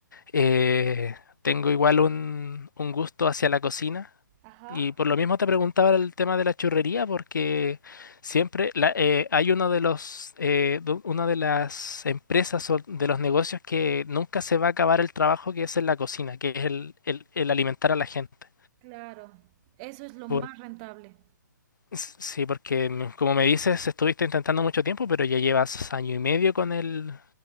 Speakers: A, on the left; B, on the right.
A: eh, tengo igual un, un gusto hacia la cocina.
B: Ajá.
A: Y por lo mismo te preguntaba el tema de la churrería, porque siempre la- eh, hay uno de los, eh, du- una de las empresas o de los negocios que nunca se va a acabar el trabajo que es en la cocina, que es el, el- el alimentar a la gente.
B: Claro, eso es lo más
A: Por-
B: rentable.
A: s- sí, porque mm, como me dices, estuviste intentando mucho tiempo, pero ya llevas año y medio con el,